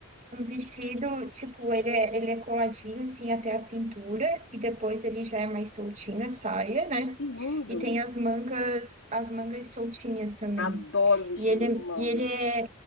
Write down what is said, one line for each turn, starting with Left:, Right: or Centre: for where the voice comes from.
Right: Um vestido, tipo, ele é, ele é coladinho assim até a cintura e depois ele já é mais soltinho a saia, né?
Left: Que lindo!
Right: E tem as mangas, as mangas soltinhas também.
Left: Adoro vestido
Right: E ele,
Left: com
Right: é-
Left: manga.
Right: e ele é,